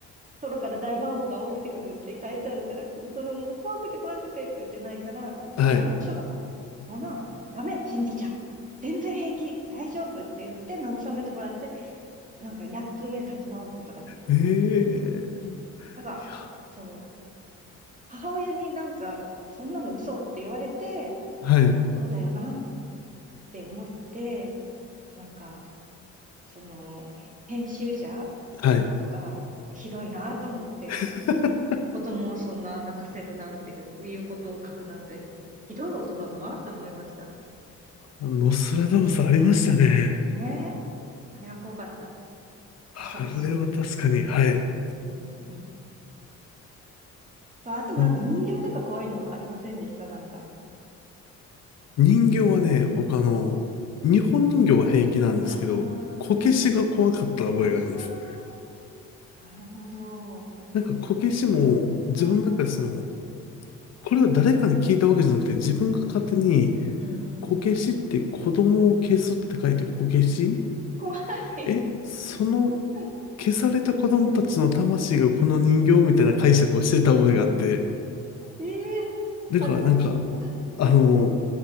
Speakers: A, on the right; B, on the left.
A: 空から大魔王が降りてくるって書いてあるから、それも怖くて怖くてって言って泣いたら、そんなの嘘だから。
B: はい。
A: そんなのダメ、信じちゃう。全然平気、大丈夫って言って慰めてもらって、なんか、やっとね、立ち直ることができました。
B: ええ
A: なんか、
B: いや
A: そう、母親になんか、そんなの嘘って言われて、
B: はい。
A: そうだよなって思って、なんか、その、編集者
B: はい。
A: とか、ひどいなと思って、
B: <laughs>
A: 子供をそんな泣かせるなんていうことを書くなんて、ひどい大人だなって思いました。
B: ノストラダムスありましたね。
A: ねえ。あれは怖かった。
B: あれは確かに、
A: 恐ろしい。
B: はい。
A: うん。と、あとなんか人形とか怖いのありませんでしたなんか。
B: な人形はね、
A: うん
B: 僕あの、日本人形は平気なんですけど、
A: ああ、
B: こけしが怖かった覚えがあります。
A: うん。ああ、なるほど。
B: なんかこけしも自分の中でその、
A: はい。
B: これは誰かに聞いたわけじゃなくて自分が勝手に
A: うんうん。
B: こけしって子供を消すって書いてこけし
A: 怖い。
B: え、その
A: <laughs>
B: 消された子供たちの魂がこの人形みたいな解釈をしてた覚えがあって。
A: ええ初めて聞いた。
B: だからなんか、あの、